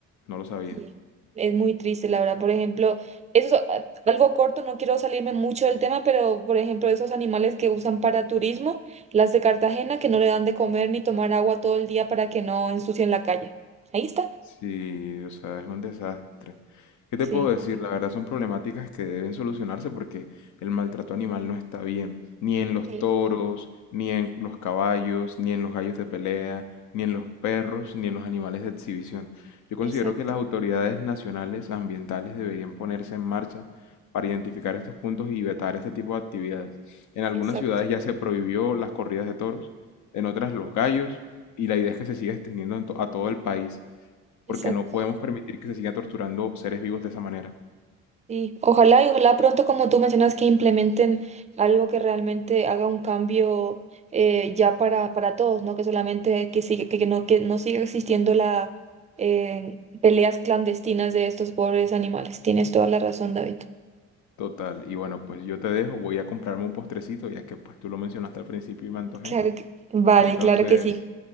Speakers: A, on the left; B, on the right.
A: no lo sabía.
B: sí, es muy triste, la verdad, por ejemplo, eso es a- algo corto, no quiero salirme mucho del tema, pero por ejemplo, esos animales que usan para turismo, las de Cartagena, que no le dan de comer ni tomar agua todo el día para que no ensucien la calle. Ahí está.
A: Sí, o sea, es un desastre. ¿Qué te
B: Sí.
A: puedo decir? La verdad son problemáticas que deben solucionarse porque el maltrato animal no está bien, ni en los
B: Sí.
A: toros, ni en los caballos, ni en los gallos de pelea, ni en los perros, ni en los animales de exhibición. Yo considero
B: Exacto,
A: que las autoridades nacionales ambientales deberían ponerse en marcha para identificar estos puntos y vetar este tipo de actividades. En algunas
B: exacto,
A: ciudades ya se prohibió las corridas de toros, en otras los gallos, y la idea es que se siga extendiendo en to- a todo el país porque
B: exacto.
A: no podemos permitir que se siga torturando seres vivos de esa manera.
B: Y ojalá y ojalá pronto, como tú mencionas, que implementen algo que realmente haga un cambio eh, ya para, para todos, ¿no? Que solamente que siga, que, que no, que no siga existiendo la eh, peleas clandestinas de estos pobres animales. Tienes toda la razón, David.
A: Total, y bueno, pues yo te dejo, voy a comprarme un postrecito, ya que pues tú lo mencionaste al principio y me antojé.
B: Claro que, vale,
A: Entonces,
B: claro que sí.